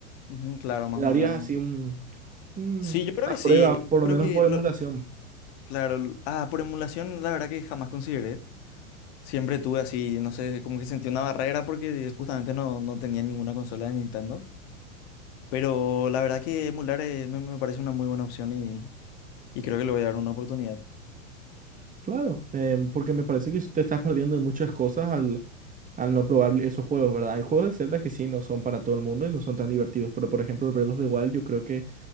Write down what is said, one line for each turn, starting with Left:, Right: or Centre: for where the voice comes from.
Left: ujú, claro, más
Right: Le darías
Left: moderno.
Right: así un, un-
Left: Sí, yo creo
Right: una
Left: que sí,
Right: prueba, por
Left: yo
Right: lo
Left: creo
Right: menos
Left: que,
Right: por
Left: lo,
Right: emulación.
Left: claro, l- ah, por emulación la verdad que jamás consideré. Siempre tuve así, no sé, como que sentí una barrera porque justamente no, no tenía ninguna consola de Nintendo. Pero la verdad que emular eh, me, me parece una muy buena opción y, y creo que le voy a dar una oportunidad.
Right: Claro, em, porque me parece que te estás perdiendo de muchas cosas al, al no probar esos juegos, ¿verdad? Hay juegos de Zelda que sí no son para todo el mundo y no son tan divertidos, pero por ejemplo, el Breath of the Wild yo creo que